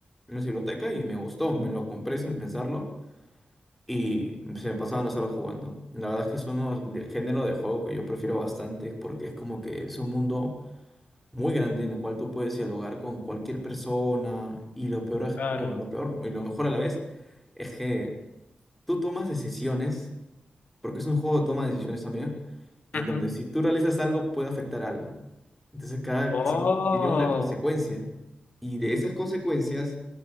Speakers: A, in the centre; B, on the left.
A: en la biblioteca y me gustó, me lo compré sin pensarlo y se me pasaban las horas jugando. La verdad es que es uno del género de juego que yo prefiero bastante porque es como que es un mundo muy grande en la cual tú puedes dialogar con cualquier persona y lo peor, es-
B: claro.
A: bueno, lo peor y lo mejor a la vez es que tú tomas decisiones, porque es un juego de toma de decisiones también, en
B: ujú.
A: donde si tú realizas algo puede afectar algo. Entonces cada acción
B: Oh.
A: tiene una consecuencia y de esas consecuencias,